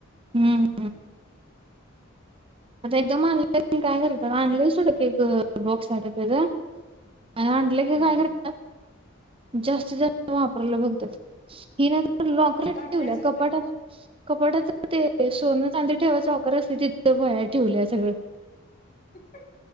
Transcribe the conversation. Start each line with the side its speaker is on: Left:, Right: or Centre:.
Right: हम्म हम्म. आता एकदम आणला काय करत्यात आणलं सोडं ते एक बॉक्स आहे त्येजा आणि आण तिनी
Left: हम्म
Right: काय करत्यात, जास्ती -जास्त वापरायला बगत्यात ती लॉकरला ठेवल्या
Left: दाखवायचंच
Right: कपाटात
Left: नाही
Right: कपाटाच ते सोनं चांदीे ठेवायचं लॉकर असतय तिथं व्हया ठेवल्या सगळं.
Left: ह,